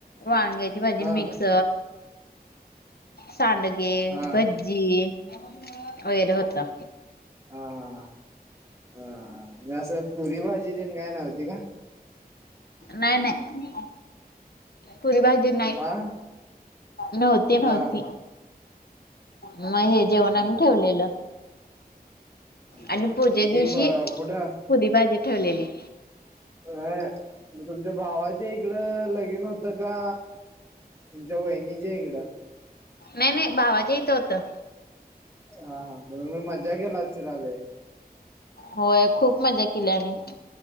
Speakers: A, on the left; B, on the right.
A: वांग्याची भाजी
B: हा
A: मिक्स सांडगे
B: हा
A: भज्जी
B: हा
A: वगैरे होतं.
B: हा-हा-हा-हा असं पुरी भाजी तेन काय नव्हती का.
A: नाही नाही पुरी भाजी नाही.
B: आ
A: नव्हती नव्हती,
B: हा हा
A: मग हे
B: हा
A: जेवण
B: हा
A: आम्ही ठेवलेलं.
B: हा
A: आणि पूजे
B: मग ते
A: दिवशी
B: कुठं.
A: पुरी भाजी ठेवलेली.
B: व्हय मग तुमच्या भावाच्या इकडं लगिन होतं का तुमच्या वहिनीच्या इकडं.
A: नाही नाही भावाच्या इथं होतं.
B: हा हा, मग मी मज्जा केला <unintelligible> लैई.
A: होय, खूप मज्जा केली आम्ही.